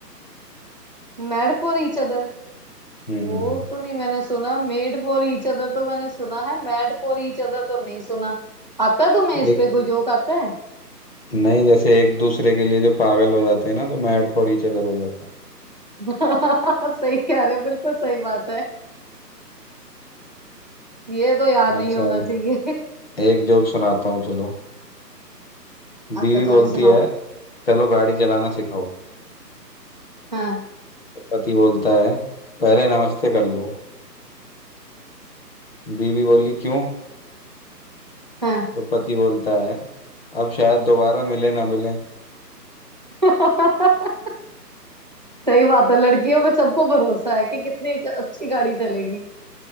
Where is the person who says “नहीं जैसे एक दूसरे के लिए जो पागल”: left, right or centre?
Left